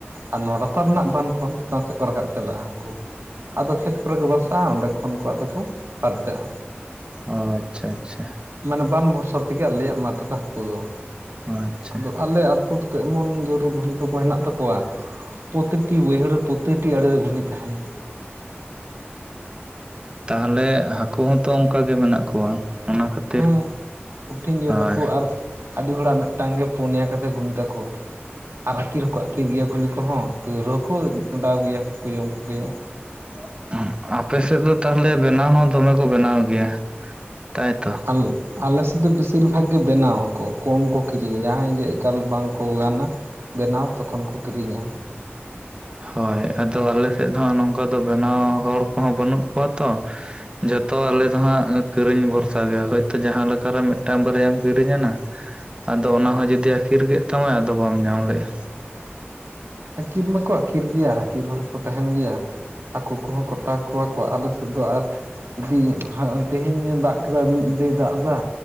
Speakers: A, on the right; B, on the right.
A: ᱟᱨ ᱱᱚᱣᱟ ᱞᱟᱛᱟᱨ ᱨᱮᱱᱟᱜ ᱵᱟᱸᱫᱷ ᱠᱷᱚᱱ ᱪᱮᱛᱟᱱ ᱥᱮᱫ ᱠᱚ ᱨᱟᱠᱟᱵ ᱪᱟᱞᱟᱜᱼᱟ ᱦᱟᱸᱠᱳ ᱟᱫᱚ ᱠᱷᱮᱛ ᱠᱚᱨᱮ ᱠᱚ ᱵᱟᱥᱟᱜᱼᱟ ᱚᱸᱰᱮ ᱠᱷᱚᱱ ᱠᱚ ᱟᱫᱚ ᱠᱚ ᱯᱟᱨᱪᱟᱜᱼᱟ
B: ᱚ ᱟᱪᱪᱷᱟ ᱟᱪᱪᱷᱟ
A: ᱢᱟᱱᱮ ᱵᱟᱱ ᱵᱷᱚᱨᱥᱟ ᱛᱮᱜᱮ ᱟᱞᱮᱭᱟᱜ ᱢᱟᱴᱷ ᱨᱮᱫᱚ ᱦᱟᱹᱠᱩ ᱫᱚ
B: ᱚ ᱟᱪᱪᱷᱟ
A: ᱟᱫᱚ ᱟᱞᱮ ᱟᱹᱛᱩ ᱮᱢᱚᱱ ᱡᱳᱨ ᱜᱷᱩᱱᱤ ᱠᱚᱠᱚ ᱦᱮᱱᱟᱜ ᱛᱟᱠᱚᱣᱟ ᱯᱨᱚᱛᱤᱠᱴᱤ ᱵᱟᱹᱭᱦᱟᱹᱲ ᱨᱮᱼᱼ ᱯᱨᱚᱛᱤᱴᱤ ᱟᱲᱮᱨᱮ ᱜᱷᱩᱱᱤ ᱛᱟᱦᱮᱸᱱᱟ
B: ᱛᱟᱦᱚᱞᱮ ᱦᱟᱹᱠᱩ ᱦᱚᱸᱛᱚ ᱚᱱᱠᱟ ᱜᱮ ᱢᱮᱱᱟᱜ ᱠᱚᱣᱟ ᱚᱱᱟ ᱠᱷᱟᱹᱛᱤᱨ
A: ᱦᱮᱸ ᱠᱩᱴᱷᱤᱱ ᱡᱳᱨ
B: ᱦᱳᱭ
A: ᱦᱟᱹᱠᱩ ᱟᱨ ᱟᱹᱰᱤ ᱦᱚᱲᱟᱜ ᱢᱤᱫᱴᱟᱝ ᱜᱮ ᱯᱩᱱᱭᱟ ᱠᱟᱛᱮ ᱜᱷᱩᱱᱤ ᱛᱟᱠᱚ ᱟᱨ ᱟᱹᱠᱤᱨᱠᱚ ᱟᱹᱠᱤᱨ ᱜᱮᱭᱟ ᱜᱷᱩᱱᱤ ᱠᱚ ᱠᱚᱦᱚᱸ ᱛᱟᱹᱣᱨᱮᱦᱚ ᱠᱚ ᱚᱸᱰᱟᱣ ᱜᱮᱭᱟ ᱦᱟᱹᱠᱩ ᱠᱚ ᱡᱚᱢ ᱠᱚᱜᱮᱭᱟ
B: <unintelligible> ᱟᱯᱮ ᱥᱮᱫ ᱫᱚ ᱛᱟᱦᱞᱮ ᱵᱮᱱᱟᱣ ᱦᱚᱸ ᱫᱚᱢᱮ ᱠᱚ ᱵᱮᱱᱟᱣ ᱜᱮᱭᱟ, ᱛᱟᱭᱛᱚ?
A: ᱟᱞ ᱟᱞᱮᱥᱮᱫ ᱫᱚ ᱵᱮᱥᱤᱨ ᱵᱷᱟᱜ ᱜᱮ ᱵᱮᱱᱟᱣᱟ ᱠᱚ ᱠᱚᱢ ᱠᱚ ᱠᱤᱨᱤᱧᱟ ᱡᱟᱦᱟᱸᱭ ᱜᱮ ᱮᱠᱟᱞ ᱵᱟᱝ ᱠᱚ ᱜᱟᱱᱟ᱾ ᱵᱮᱱᱟᱣ ᱛᱚᱠᱷᱚᱱ ᱠᱚ ᱠᱤᱨᱤᱧᱟ
B: ᱦᱳᱭ ᱟᱫᱚ ᱟᱞᱮ ᱥᱮᱫ ᱫᱚ ᱦᱟᱸᱜ ᱱᱚᱝᱠᱟ ᱫᱚ ᱵᱮᱱᱟᱣ ᱦᱚᱲ ᱠᱚᱦᱚᱸ ᱵᱟᱹᱱᱩᱜ ᱠᱚᱣᱟ ᱛᱚ ᱡᱷᱚᱛᱚ ᱟᱞᱮ ᱫᱚ ᱦᱟᱸᱜ ᱠᱤᱨᱤᱧ ᱵᱷᱚᱨᱥᱟ ᱜᱮ ᱦᱳᱭᱛᱳ ᱡᱟᱦᱟᱸ ᱞᱮᱠᱟᱨᱮ ᱢᱤᱫᱴᱟᱱ ᱵᱟᱨᱭᱟᱢ ᱠᱤᱨᱤᱧ ᱟᱱᱟ ᱟᱫᱚ ᱚᱱᱟ ᱦᱚᱸ ᱡᱩᱫᱤ ᱟᱹᱠᱤᱨ ᱠᱮᱫ ᱛᱟᱢᱟ ᱟᱫᱚ ᱵᱟᱢ ᱧᱟᱢ ᱞᱮᱫᱟ
A: ᱟᱹᱠᱤᱨ ᱢᱟᱠᱚ ᱟᱹᱠᱤᱨ ᱜᱮᱭᱟ ᱟᱹᱠᱤᱨ ᱦᱚᱲ ᱠᱚ ᱛᱟᱦᱮᱸᱱ ᱜᱮᱭᱟ᱾ ᱦᱟᱠᱩ ᱠᱚᱦᱚᱸ ᱠᱚᱴᱨᱟ ᱠᱚᱣᱟ ᱠᱚ ᱟᱞᱮ ᱥᱮᱫ ᱫᱚ ᱟᱨ ᱡᱤᱫᱤ <unintelligible> ᱛᱮᱦᱮᱧ ᱫᱟᱜ ᱠᱮᱫᱟ ᱢᱤᱫ ᱧᱤᱫᱟᱹᱭ ᱫᱟᱜ ᱮᱫᱟ